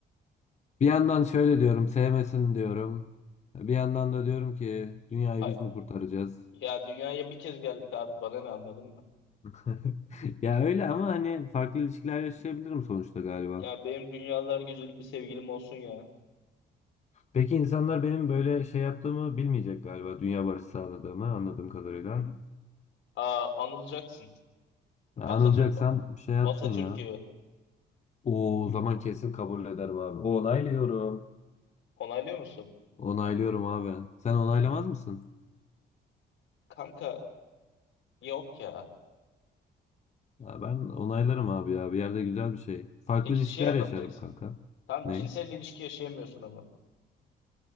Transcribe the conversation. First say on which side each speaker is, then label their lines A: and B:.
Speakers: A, on the left; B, on the left.
A: bir yandan şöyle diyorum sevmesin diyorum. Bir yandan da diyorum ki dünyayı
B: Ha,
A: biz mi kurtaracağız?
B: ya dünyaya bir kez geldik abi bana ne anladın mı?
A: <laughs> Ya öyle ama hani farklı ilişkiler yaşayabilirim sonuçta galiba.
B: Ya benim dünyalar güzeli bir sevgilim olsun ya.
A: Peki insanlar benim böyle şey yaptığımı bilmeyecek galiba. Dünya barışı sağladığımı anladığım kadarıyla.
B: Aa, anılacaksın.
A: Anılacaksam
B: Atatürk
A: şey yapsın
B: Atatürk
A: ya.
B: gibi.
A: Oo, o zaman kesin kabul ederim abi. Onaylıyorum.
B: Onaylıyor musun?
A: Onaylıyorum abi. Sen onaylamaz mısın?
B: Kanka yok ya.
A: Ya ben onaylarım abi ya. Bir yerde güzel bir şey. Farklı
B: Peki
A: ilişkiler
B: şey yapamayacaksın.
A: yaşarım kanka.
B: Tam
A: Ne?
B: cinsel ilişki yaşayamıyorsun ama.